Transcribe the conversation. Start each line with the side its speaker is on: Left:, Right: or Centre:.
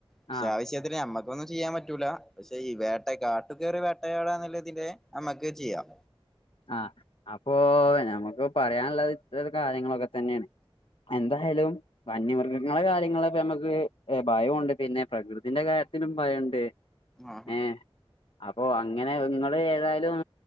Centre: പക്ഷെ
Left: ആഹ്
Centre: ആ വിശ നമ്മക്കൊന്നും ചെയ്യാൻ പറ്റൂല പക്ഷെ ഈ വേട്ട കാട്ടുകേറി വേട്ടയാടാനില്ലാതിന്റെ നമ്മുക്ക് ചെയ്യാം
Left: ആഹ് അപ്പൊ നമുക്ക് പറയാനുള്ളത് ഇത്ര കാര്യങ്ങളൊക്കെ തന്നെണ് എന്തായാലും വന്യമൃഗങ്ങളെ കാര്യങ്ങളക്കെ നമുക്ക് ഭയണ്ട് പിന്നെ പ്രകൃതിന്റെ കാര്യത്തിലും ഭയണ്ട്
Centre: ആഹ്
Left: ഏഹ് അപ്പോ അങ്ങനെ നിങ്ങള് ഏതായാലും